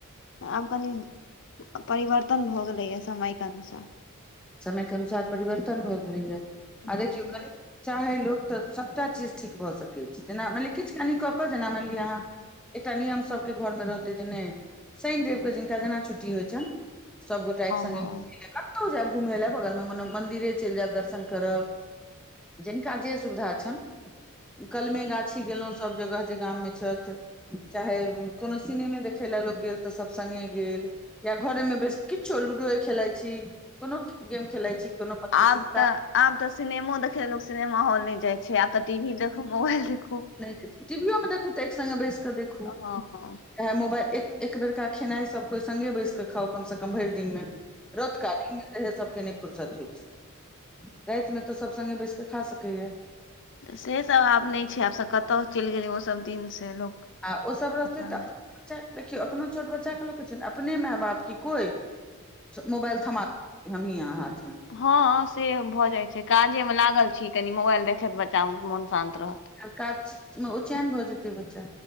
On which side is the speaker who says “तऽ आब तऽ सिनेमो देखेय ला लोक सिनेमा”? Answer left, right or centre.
Left